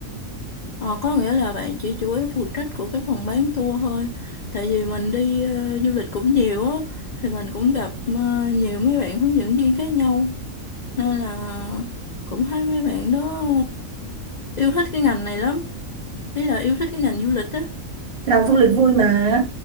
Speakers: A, on the left (about 85°); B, on the right (about 55°).
A: ờ, có nghĩa là bạn chỉ chủ yếu phụ trách của cái phòng bán tour thôi. Tại vì mình đi ờ, du lịch cũng nhiều á, thì mình cũng gặp ờ, nhiều mấy bạn hướng dẫn viên khác nhau. nên là cũng thấy mấy bạn đó ờ, yêu thích cái ngành này lắm ý là yêu thích cái ngành du lịch á
B: làm du lịch vui mà